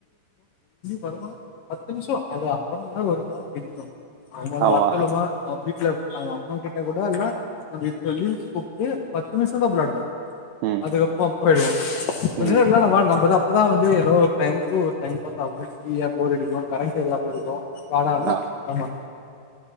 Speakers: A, on the left (about 70°); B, on the right (about 85°).
A: வருவம் பத்து நிமிஷம் அது அரை மணி நாள் ஒரு மணி நாள் கெஞ்சணும் அவமா
B: ஆமா
A: வார்கல்லுமா வீட்ல அவ அம்மா கிட்ட கூட அல்லாம் நம் இதரள்ள குப்பி பத்து மிஷன் விளாடுவோம்
B: ம்
A: அதுக்கப் <unintelligible> போயிடுவோம் ஒரு
B: ம்
A: சில நம்மதான் அப்போதான் வந்துதோ டைமுக்கு ஒரு டைம் பாஸ் ஆகும் ஃப்ரியா போர் அடிக்கும் கரண்ட் இல்லாம இருக்கும் வாடானா
B: ஆ,
A: ஆமா